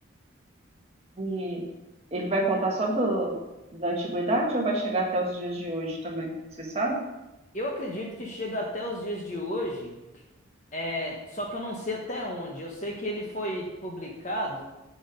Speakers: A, on the right; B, on the left.
A: E ele vai contar só do, da antiguidade ou vai chegar até os dias de hoje também? Você sabe?
B: Eu acredito que chega até os dias de hoje. É, só que eu não sei até onde. Eu sei que ele foi publicado